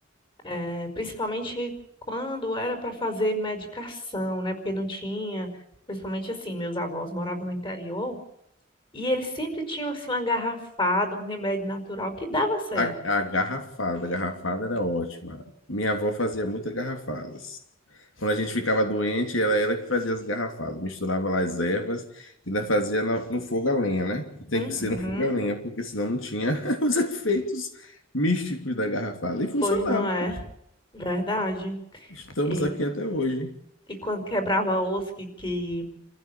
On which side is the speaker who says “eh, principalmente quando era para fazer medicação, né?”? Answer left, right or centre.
Left